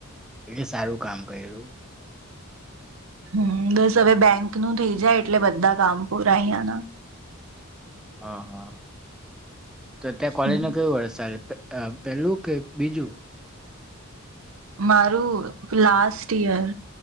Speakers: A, in the centre; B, on the right (about 70°).
A: એટલે સારું કામ કયરું.
B: હમ્મ, બસ હવે બેંક નું થઇ જાય એટલે બધા કામ પૂરા અહિયાંના-.
A: હા, હા. તો ત્યાં કોલેજ
B: હમ
A: નો કયો વર્ષ ચાલે? પેલું કે બીજું?
B: મારું લાસ્ટ યર.